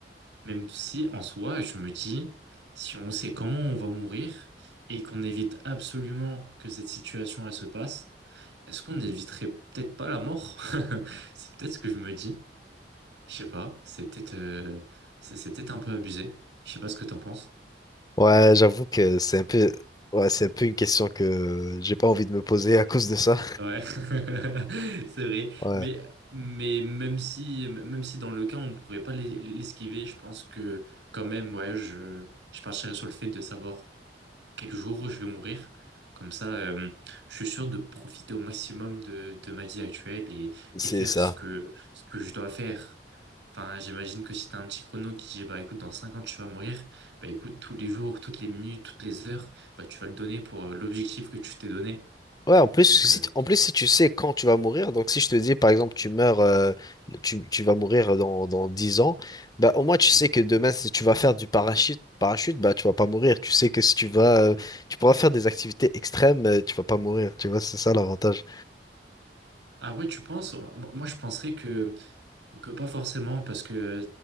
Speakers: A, on the right; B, on the left.
A: Même si en soi, je me dis, si on sait comment on va mourir et qu'on évite absolument que cette situation elle se passe, est-ce qu'on n'éviterait peut-être pas la mort? <laughs> C'est peut-être ce que je me dis. Je sais pas, c'est peut-être euh, c'est c'est peut-être un peu abusé. Je sais pas ce que t'en penses.
B: Ouais, j'avoue que c'est un peu, ouais, c'est un peu une question que j'ai pas envie de me poser à cause de ça.
A: Ouais, <laughs> c'est vrai.
B: Ouais,
A: Mais, mais même si, même si dans le cas, on pourrait pas l'es- l'esquiver, je pense que quand même, ouais, je, je partirais sur le fait de savoir quel jour je vais mourir. Comme ça, euh, je suis sûr de profiter au maximum de, de ma vie actuelle et,
B: c'est
A: et faire
B: ça.
A: ce que, ce que je dois faire. Enfin, j'imagine que si t'as un petit chrono qui dit, bah écoute, dans 5 ans, tu vas mourir, bah écoute, tous les jours, toutes les minutes, toutes les heures, bah tu vas le donner pour euh, l'objectif que tu t'es donné.
B: Ouais, en plus, si,
A: Donc, euh,
B: t- en plus, si tu sais quand tu vas mourir, donc si je te dis, par exemple, tu meurs, euh, tu, tu vas mourir dans, dans 10 ans, bah, au moins, tu
A: mm,
B: sais que demain, si tu vas faire du parachute, parachute, bah, tu vas pas mourir. Tu sais que si tu vas, euh,
A: mm.
B: tu pourras faire des activités extrêmes, euh, tu vas pas mourir. Tu vois, c'est ça l'avantage.
A: Ah ouais, tu penses? Moi, moi, je penserais que Que pas forcément, parce que